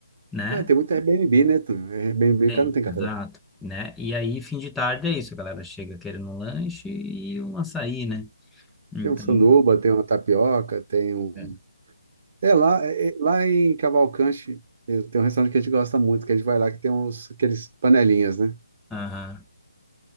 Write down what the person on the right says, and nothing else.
Ah, tem muito Airbnb, né? tu? Airbnb,
cara, não tem café
da manhã.
Tem um sanduba, tem uma tapioca, tem um.
É lá, é- é- lá em Cavalcante mesmo, tem um restaurante que a gente gosta muito, que a gente vai lá, que tem uns, aqueles panelinhas, né?